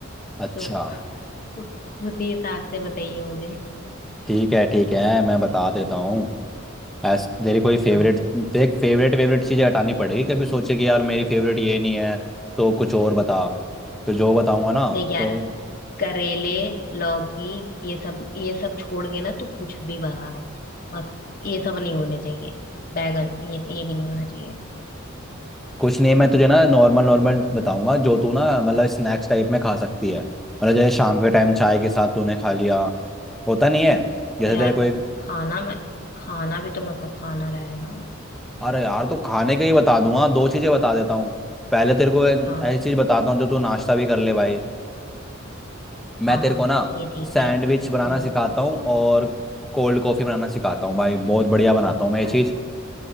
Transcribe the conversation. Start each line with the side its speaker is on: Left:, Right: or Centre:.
Centre: अच्छा
Left: तो उ- उसी हिसाब से बताइए मुझे
Centre: ठीक है ठीक है मैं बता देता हूँ ऐस तेरी कोई फेवरेट
Left: हाँ
Centre: देख फेवरेट फेवरेट चीजें हटानी पड़ेगी कभी सोचे कि यार मेरी फेवरेट ये नहीं है तो कुछ और बता तो जो बताऊंगा ना
Left: देख यार
Centre: तो
Left: करेले लौकी ये सब ये सब छोड़ के ना तू कुछ भी भगा दे बस ये सब नहीं होने चाहिए बैगन ये ये भी नहीं होना चाहिए
Centre: कुछ नहीं मैं तुझे ना नॉर्मल नॉर्मल बताऊंगा जो तू ना मतलब स्नैक्स टाइप में खा सकती है मतलब जैसे शाम के टाइम चाय के साथ तूने खा लिया होता नहीं है जैसे
Left: तो यार
Centre: तेरे कोई
Left: खाना मैं खाना भी तो मेरे को खाना रहेगा
Centre: अरे यार तो खाने का ही बता दूंगा दो चीजें बता देता हूँ पहले तेरे को ऐ-
Left: हाँ
Centre: ऐसी चीज बताता हूँ जो तू नाश्ता भी कर ले भाई मैं
Left: हाँ
Centre: तेरे
Left: हाँ
Centre: को ना
Left: ये ठीक
Centre: सैंडविच
Left: रहेगा
Centre: बनाना
Left: हम्म
Centre: सिखाता हूँ और कोल्ड कॉफी बनाना सिखाता हूँ भाई बहुत बढ़िया बनाता हूँ मैं ये चीज
Left: अरे